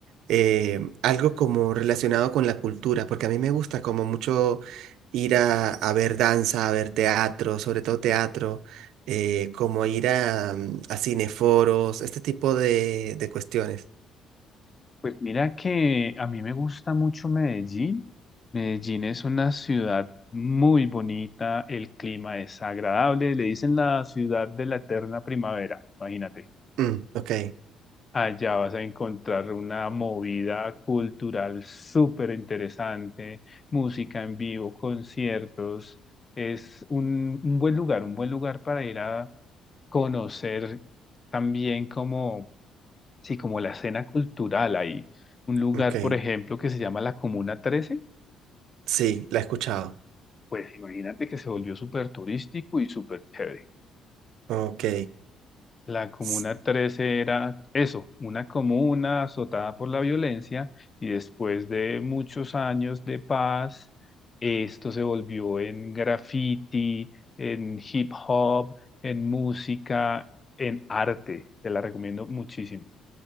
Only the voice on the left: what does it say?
Pues mira que a mí me gusta mucho Medellín. Medellín es una ciudad muy bonita, el clima es agradable, le dicen la ciudad de la eterna primavera, imagínate.
Allá vas a encontrar una movida cultural súper interesante, música en vivo, conciertos. Es un, un buen lugar, un buen lugar para ir a conocer también como, sí, como la escena cultural ahí. Un lugar,
por ejemplo, que se llama la Comuna 13,
pues imagínate que se volvió súper turístico y súper chévere.
La Comuna
13 era eso, una comuna azotada por la violencia y después de muchos años de paz, esto se volvió en graffiti, en hip hop, en música, en arte. Te la recomiendo muchísimo.